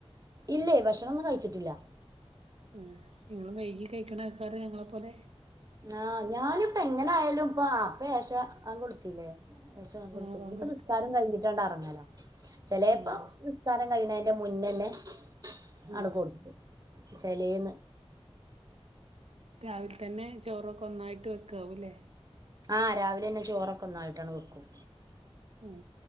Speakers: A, on the right; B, on the right.
A: ഇല്ലേയ് ഭക്ഷണൊന്നും കഴിച്ചിട്ടില്ല
B: മ്മ് നിങ്ങള് വൈകി കഴിക്കണ ആൾക്കാരാ ഞങ്ങളെ പോലെ
A: ആഹ് ഞാനിപ്പ എങ്ങനെ ആയാലും ഇപ്പൊ ആപ്പോഏശ വാങ്ക് കൊടുത്തിലെ ഏഷ വാങ്ക് കൊടുത്തു
B: ആഹ് ബാങ്ക്
A: ഇനിപ്പോ
B: കൊടുത്ത്
A: നിസ്കാരം കഴിഞ്ഞിട്ടാണ്ടറങ്ങലാ ചെലാപ്പോ
B: ആഹ്
A: നിസ്കാരം കൈണെന് ന്റെ മുന്നന്നെ
B: ആഹ്
A: അണ്ട് കൊടുത്ത് ചെലേന്ന്
B: രാവിലെ തന്നെ ചോറൊക്കൊന്നായിട്ട് വെക്കാവൂല്ലേ
A: ആഹ് <inaudible> രാവിലെന്നെ ചോറൊക്കൊന്നായിട്ടാണ് വെക്കും
B: ഉം